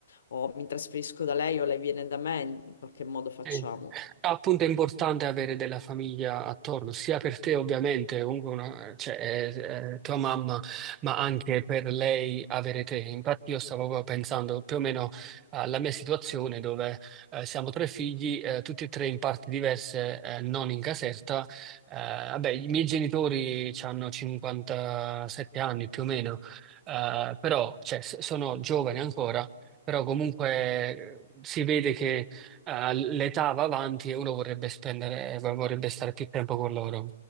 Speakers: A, on the left (about 60°); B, on the right (about 25°).
A: o mi trasferisco da lei o lei viene da me, in qualche modo facciamo.
B: Sì. Appunto è importante avere della famiglia attorno, sia per te ovviamente, comunque una- cioè, è- è tua mamma, ma anche per lei avere te. Infatti io stavo proprio pensando più o meno alla mia situazione dove eh, siamo tre figli, eh, tutti e tre in parti diverse, eh, non in Caserta. Eh, vabbè, i miei genitori hanno 57 anni più o meno, eh, però cioè, s- sono giovani ancora, però comunque eh, si vede che eh, l'età va avanti e uno vorrebbe spendere, vorrebbe stare più tempo con loro.